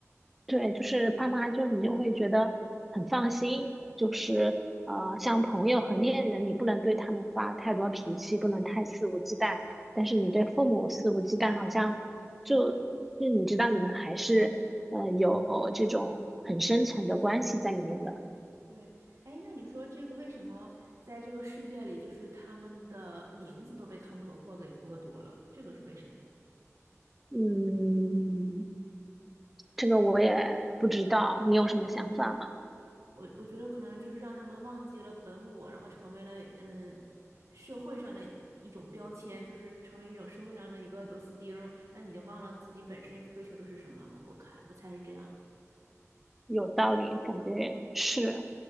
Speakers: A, in the centre; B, on the right.
A: 对，就是爸妈就你就会觉得很放心，就是呃，像朋友和恋人，你不能对他们发太多脾气，不能太肆无忌惮，但是你对父母肆无忌惮，好像就就你知道你们还是呃有这种很深层的关系在里面的。
B: 对，哎，那你说这个为什么在这个世界里，就是他们的名字都被汤婆婆给剥夺了？这个是为什么？
A: 嗯，这个我也不知道，你有什么想法吗？
B: 我我觉得可能就是让他们忘记了本我，然后成为了嗯社会上的一一种标签，就是成为一种社会上的一个螺丝钉儿但你经忘了自己本身追求的是什么了。我看我猜是这样，
A: 有道理，感觉是，